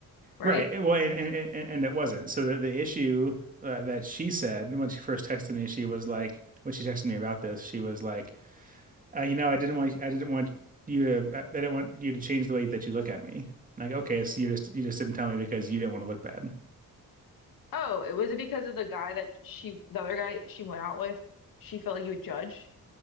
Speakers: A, on the left; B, on the right.
A: right?
B: Right. Well, and, and, and and it wasn't. So the, the issue uh, that she said when she first texted me, she was like, when she texted me about this, she was like, uh, you know, I didn't want, I didn't want you to, uh, I didn't want you to change the way that you look at me. I'm Like, okay, so you just, you just didn't tell me because you didn't want to look bad.
A: Oh, it was it because of the guy that she, the other guy she went out with, she felt like he would judge.